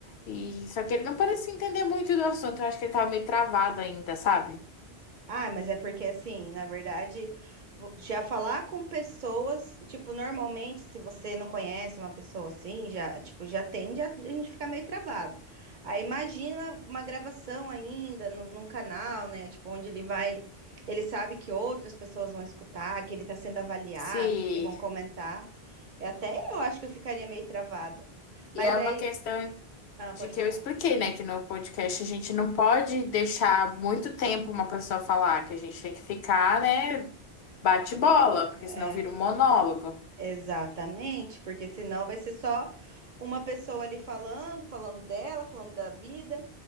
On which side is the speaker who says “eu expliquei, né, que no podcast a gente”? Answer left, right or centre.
Left